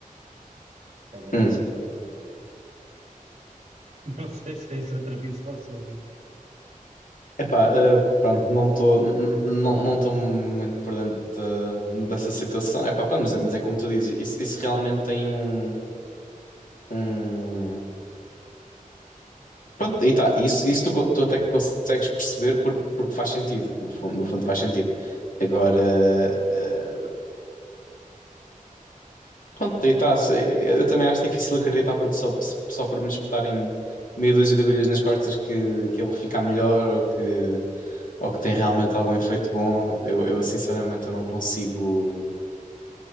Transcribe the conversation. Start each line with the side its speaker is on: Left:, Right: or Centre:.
Right: Pelo menos
Left: Hum.
Right: essa é a minha opinião. <laughs> Não sei se tens outra visão sobre isso.
Left: Epá, eh, pronto, não estou não não estou muito por dentro da- dessa situação. Epá, pronto, mas é, mas é como tu dizes, isso, isso realmente tem um, um... Pronto, e tá, isso, isso tu, co- tu até consegues perceber porque, porque faz sentido, no fundo, no fundo faz sentido. Agora, eh, pronto, aí tá, se- eu, eu também acho difícil acreditar porque só, se- só por me espetarem meia dúzia de agulhas nas costas que, que eu vou ficar melhor ou que, ou que tem realmente algum efeito bom, eu, eu sinceramente eu não consigo